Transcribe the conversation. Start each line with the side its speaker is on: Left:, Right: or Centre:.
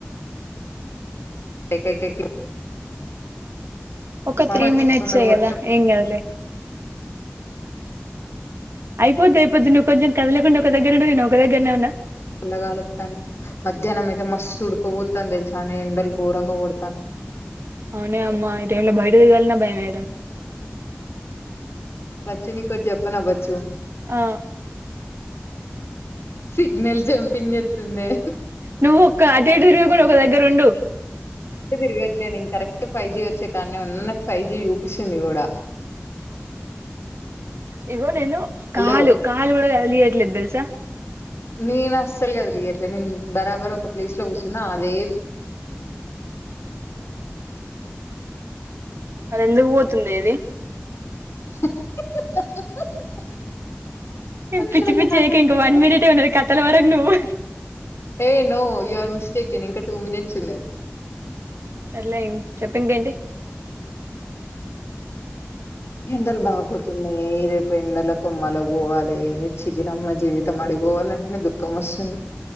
Left: కై కై కై కై
Right: ఒక
Left: మా
Right: త్రీ
Left: అమ్మ వచ్చి
Right: మనిట్స్ేగదా
Left: తొందర గొడితే
Right: హంగ్ అదలే అయిపోద్దియిద్ నువ్ కొంచెం కదలేకుండా ఒక దగ్గ ఉడువు నే ఒక దగ్రనే ఉన్నా
Left: పల్లగాలుస్తాను మధ్యాహ్నం అయితే మస్తు ఉుడుకోపోతాను తెలుసాను ఎండలు ఘోరంగా కొడతాను
Right: అవునే అమ్మా ఇయితే ఎల బయటది గలి భయ మతే
Left: బచ్చుని కొ చెప్పన్వచ్చు
Right: ఆ
Left: సిగ్నల్ జంపింగ్ ఎస్తుంది
Right: నువ్ ఒక్క అదేడు కూడా ఒక దగ్గర ఉండు
Left: ఇ బిర్యానీ కరెక్ట్ ఫై్ీ చ్చకాన్న ఉన్నా నాకు ఫైవ్ జీ చూపిస్తుంది కూడా
Right: ఇగో నేను
Left: హలో
Right: కాలు కాలు కూడా పియ్యట్లేదు తెలుసా
Left: నేను అసలు కదిలియట్లే నేను బరాబర్ ఒక ప్లేస్ లో కూర్చున్నా అదే
Right: మరి ఎందుకు పోతుందే ఇది
Left: <inaudible> నన్ను
Right: పిచ్చి
Left: అడిగితే
Right: పిచ్చి
Left: నాకేం
Right: చేయక ఇంకా
Left: తెలుసు
Right: వన్ మినిట్ ఏ ఉన్నది కథలు పడకు నువ్వు
Left: ఏయ్ నో యు ఆర్ మిస్టేకన్ ఇంకా టూ మినిట్స్ ఉన్నది
Right: సర్లే చెప్పు ఇంకేంటి
Left: ఎండలు బాగా కొడుతున్నాయి రే ఎండల కొమ్మల పోవాలి ఛీ దినమ్మ జీవితం అడిపోవాలంటే న దుఃఖం వస్తుంది